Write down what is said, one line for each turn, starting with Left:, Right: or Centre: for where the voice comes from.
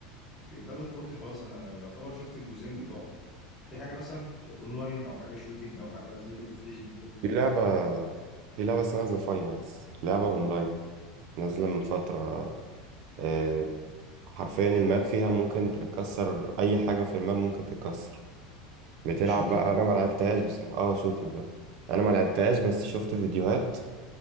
Left: جاد اوف وور دي خلاص انا يعتبر شفت الجزئين بتوعه في حاجه مثلا اونلاين او حاجه شوتينج او حاجه زي ليج اوف ليجندز
Right: في لعبه في لعبه اسمها ذا فاينلز لعبه اونلاين نازله من فتره آه، حرفيا الماب فيها ممكن تتكسر اي حاجه في الماب ممكن تتكسر بتلعب
Left: كده
Right: بقى انا ما لعبتهاش بصراحه اه شوتينج اه انا ما لعبتهاش بس شفت فيديوهات